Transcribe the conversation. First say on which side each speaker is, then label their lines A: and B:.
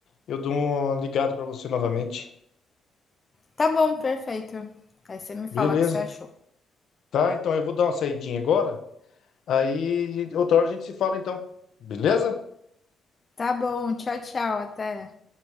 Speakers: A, on the left; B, on the left.
A: eu dou uma ligada pra você novamente.
B: Tá bom, perfeito. Aí você me fala
A: Beleza.
B: o que você achou.
A: Tá, então eu vou dar uma saidinha agora. Aí outra hora a gente se fala então. Beleza?
B: Tá bom, tchau, tchau, até.